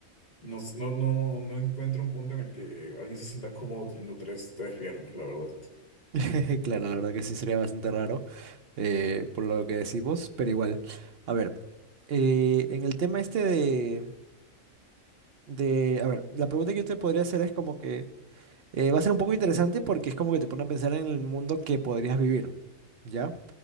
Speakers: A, on the left; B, on the right.
A: no, no, no, no encuentro un punto en el que alguien se sienta cómodo teniendo tres, tres piernas, la verdad.
B: <laughs> Claro, la verdad que sí sería bastante raro eh, por lo que decimos, pero igual. A ver, eh, en el tema este de, de... A ver, la pregunta que yo te podría hacer es como que... eh, va a ser un poco interesante porque es como que te pone a pensar en el mundo que podrías vivir, ¿ya?